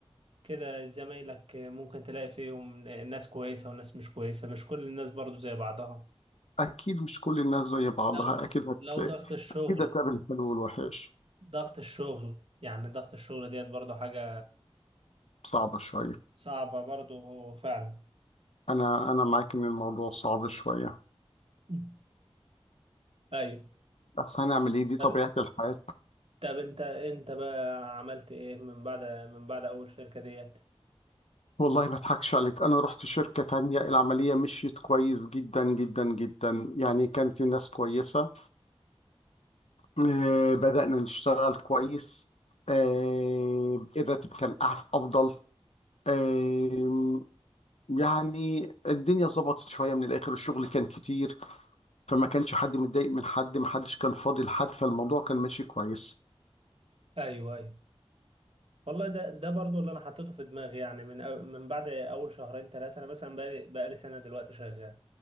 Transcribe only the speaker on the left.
اكيد مش كل الناس زي بعضها
اكيد هتلاقي
اكيد هتقابل الحلو والوحش
صعبة شوية
انا انا معاك ان الموضوع صعب شوية
بس هنعمل ايه دي طبيعة
الحياة
والله ما اضحكش عليك انا رحت شركة تانية العملية مشيت كويس جدا جدا جدا يعني كان في ناس كويسة آه، بدأنا نشتغل كويس آه، الراتب كان أح- افضل آه، يعني الدنيا ظبطت شويه من الاخر الشغل كان كتير فما كانش حد متضايق من حد ما حدش كان فاضي لحد فالموضوع كان ماشي كويس